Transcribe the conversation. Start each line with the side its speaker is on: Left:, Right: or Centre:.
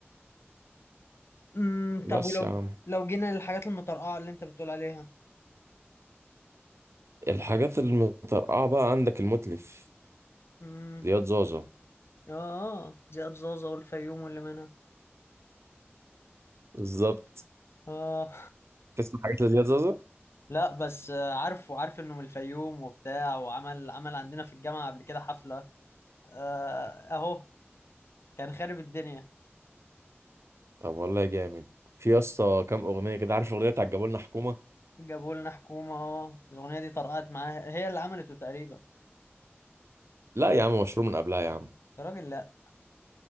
Left: امم
Right: بس
Left: طب ولو
Right: يا عم
Left: لو جينا للحاجات المترقعة اللي انت بتقول عليها
Right: الحاجات المترقعه بقى عندك المتلف
Left: امم
Right: زياد زازا
Left: اه زياد زوزة والفيوم واللي منها
Right: بالظبط
Left: اه
Right: تسمع حاجات لزياد زازا
Left: لا بس آه، عارف وعارف انه من الفيوم وبتاع وعمل عمل عندنا في الجامعة قبل كده حفلة آه اهو كان خارب الدنيا
Right: طب والله جامد في يا اسطى كام اغنيه كده عارف اغنيه بتاعت جابوا لنا حكومه
Left: جابوا لنا حكومة اه الأغنية دي طرقعت معاها هي اللي عملته تقريبا
Right: لا يا عم مشروع من قبلها يا عم
Left: يا راجل لا